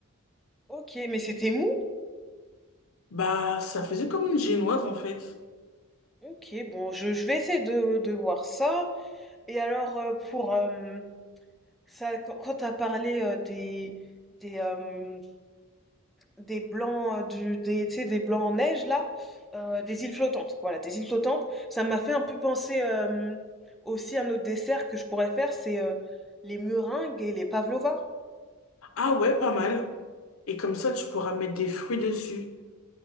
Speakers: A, in the centre; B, on the left.
A: Ok, mais c'était mou.
B: Bah, ça faisait comme une génoise, en fait.
A: Ok, bon, je, je vais essayer de, de voir ça. Et alors, heu, pour, hem, ça quand quand tu parlé, heu, des des, hem, des blancs, heu, du des tu sais, des blancs en neige là, heu, des îles flottantes, voilà, des îles flottantes. Ça m'a fait un peu penser, hem, aussi à un autre dessert que je pourrais faire, c'est, heu, les meringues et les pavlovas.
B: Ah ouais, pas mal. Et comme ça, tu pourras mettre des fruits dessus.